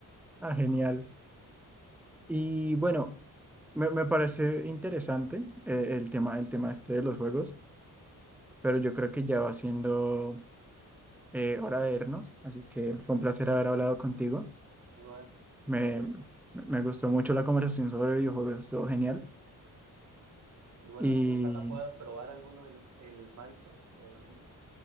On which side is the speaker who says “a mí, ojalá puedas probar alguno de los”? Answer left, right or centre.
Right